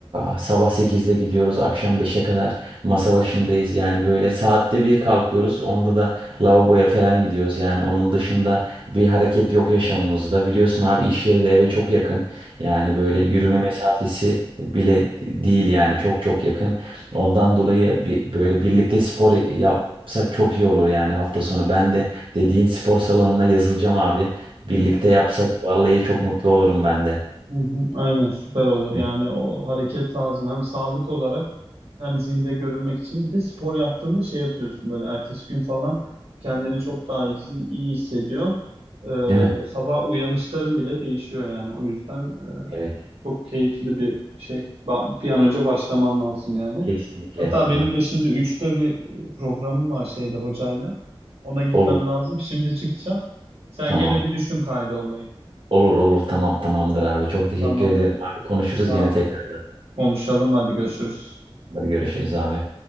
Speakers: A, on the right (about 60°); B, on the right (about 85°).
A: e, sabah sekizde gidiyoruz, akşam beşe kadar masa başındayız. Yani böyle saatte bir kalkıyoruz. Onda da lavaboya falan gidiyoruz. Yani onun dışında bir hareket yok yaşamımızda. Biliyorsun abi iş yeri de eve çok yakın. Yani böyle
B: Hı
A: yürüme mesafesi bile değil yani çok çok yakın. Ondan dolayı bir, böyle birlikte spor yapsak çok iyi olur yani hafta sonu. Ben de dediğin spor salonuna yazılacağım abi. Birlikte yapsak vallahi çok mutlu olurum ben de.
B: Hı hı, aynen süper olur
A: Hani,
B: yani o hareket lazım hem sağlık olarak hem zinde görünmek için bir de spor yaptığında şey yapıyorsun böyle ertesi gün falan kendini çok daha iyi, iyi hissediyorsun. Ee,
A: Değil mi?
B: sabah uyanışların bile değişiyor yani o yüzden e,
A: Evet,
B: çok keyifli bir şey Ba- bir an önce başlaman lazım yani.
A: kesinlikle.
B: Hatta
A: Ha,
B: benim de şimdi üçte bir e, programım var şeyde hocayla ona gitmem
A: Olur,
B: lazım şimdi çıkacağım sen
A: tamam.
B: gene bir düşün kaydolmayı
A: Olur olur tamam tamamdır abi. Çok teşekkür
B: tamam
A: ederim abi. Konuşuruz
B: sağ
A: gene
B: ol.
A: tekrardan.
B: Konuşalım hadi görüşürüz.
A: Görüşürüz abi.